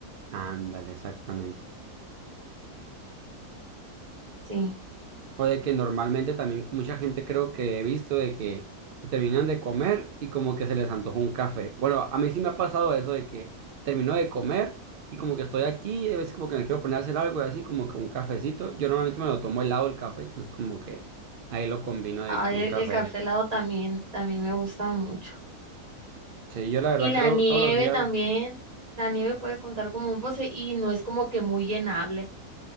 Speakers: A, on the right (about 75°); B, on the right (about 25°).
A: Ándale, exactamente.
B: Sí.
A: O de que normalmente también mucha gente creo que he visto de que se terminan de comer y como que se les antojó un café. Bueno, a mí sí me ha pasado eso de que termino de comer y como que estoy aquí y a veces como que me quiero poner a hacer algo así como que un cafecito. Yo normalmente me lo tomo helado el café, entonces como que ahí lo combino de
B: Ay,
A: que un
B: el,
A: café.
B: el café helado también, también me gusta mucho.
A: Sí, yo la verdad
B: Y la
A: creo
B: nieve
A: todos los días
B: también. La nieve puede contar como un postre y no es como que muy llenable.